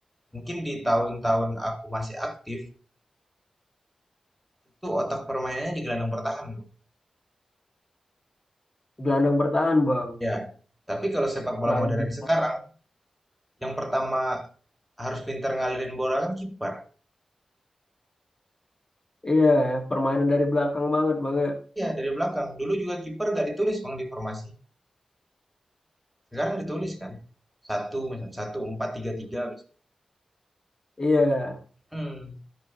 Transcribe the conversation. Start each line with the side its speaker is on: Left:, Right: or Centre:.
Centre: mungkin di tahun-tahun aku masih aktif, itu otak permainannya di gelandang bertahan, Bang.
Left: gelandang bertahan bang.
Centre: Iya, tapi kalau sepak bola
Left: Selain
Centre: modern
Left: bisa.
Centre: sekarang, yang pertama harus pintar ngalirin bola kan kiper.
Left: Iya, permainan dari belakang banget bang. ya.
Centre: Iya, dari belakang. Dulu juga kiper nggak ditulis, Bang, di formasi. Sekarang ditulis kan. Satu misal, satu empat tiga tiga. misal.
Left: Iya.
Centre: Mhm.